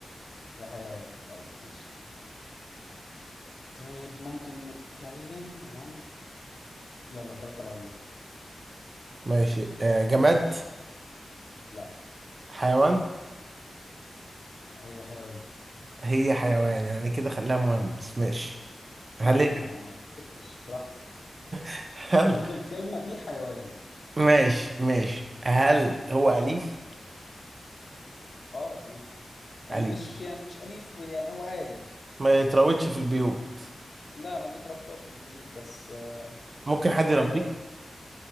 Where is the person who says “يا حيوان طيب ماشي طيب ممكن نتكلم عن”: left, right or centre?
Left